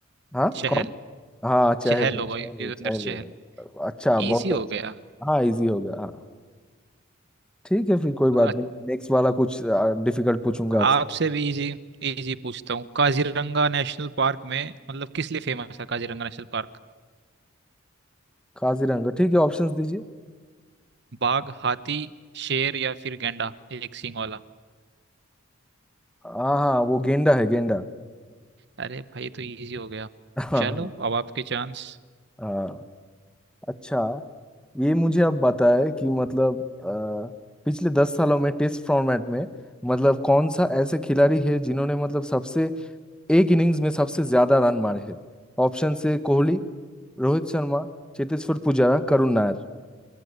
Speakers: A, in the centre; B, on the right.
A: हाँ
B: चहल
A: कौन हाँ चहल
B: चहल
A: है,
B: होगा
A: चहल
B: युजवेंद्र
A: है, चहल
B: चहल
A: है। अच्छा बहुत
B: इजी हो
A: अच्छा
B: गया
A: हाँ इजी हो गया हाँ ठीक है फिर कोई बात
B: अ-
A: नहीं नेक्स्ट वाला कुछ डिफिकल्ट पूछूंगा आपसे
B: आपसे भी इजी इजी पूछता हूँ काजीरंगा नेशनल पार्क में मतलब किस लिए फेमस है काजीरंगा नेशनल पार्क
A: काजीरंगा ठीक है ऑप्शंस दीजिए
B: बाघ हाथी शेर या फिर गैंडा एक सींग वाला
A: हाँ हाँ वो गेंडा है गेंडा
B: अरे भाई ये तो इजी हो गया
A: <laughs> हाँ
B: चलो
A: हाँ
B: अब आपके चांस
A: हाँ। अच्छा ये मुझे अब बताए कि मतलब अ, पिछले दस सालों में टेस्ट फॉर्मेट में मतलब कौन सा ऐसे खिलाड़ी है जिन्होंने मतलब सबसे एक इनिंग्स में सबसे ज्यादा रन मारे हैं ऑप्शन से कोहली रोहित शर्मा चेतेश्वर पुजारा करुण नायर